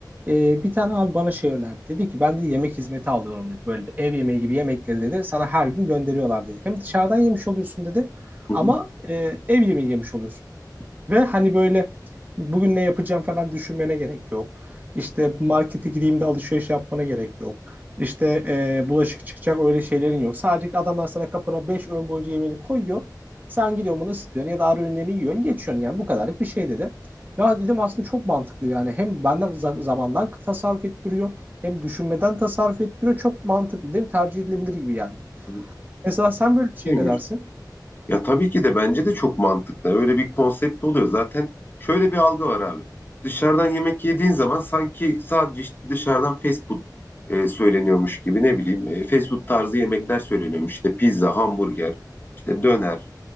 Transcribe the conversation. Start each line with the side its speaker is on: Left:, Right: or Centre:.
Right: Ee, bir tane abi bana şey önerdi. Dedi ki ben de yemek hizmeti alıyorum dedi. Böyle de ev yemeği gibi yemekleri dedi. Sana her gün gönderiyorlar dedi. Hem dışarıdan yemiş oluyorsun dedi.
Left: hı,
Right: Ama e, ev yemeği yemiş oluyorsun. Ve hani böyle bugün ne yapacağım falan düşünmene gerek yok. İşte markete gideyim de alışveriş yapmana gerek yok. İşte e, bulaşık çıkacak öyle şeylerin yok. Sadece adamlar sana kapına 5 öğün boyunca yemeğini koyuyor. Sen gidiyorsun bunu ısıtıyorsun ya da ara öğünlerini yiyorsun geçiyorsun yani bu kadarlık bir şey dedi. Ya dedim aslında çok mantıklı yani hem bende za- zamandan tasarruf ettiriyor hem düşünmeden tasarruf ettiriyor. Çok mantıklı değil mi? Tercih edilebilir gibi geldi.
Left: hı.
Right: Mesela sen böyle bir şey
Left: Evet.
Right: ne dersin?
Left: Ya tabii ki de bence de çok mantıklı. Öyle bir konsept oluyor. Zaten şöyle bir algı var abi. Dışarıdan yemek yediğin zaman sanki sadece işte dışarıdan fast food e, söyleniyormuş gibi ne bileyim e, fast food tarzı yemekler söyleniyormuş. İşte pizza, hamburger, işte döner,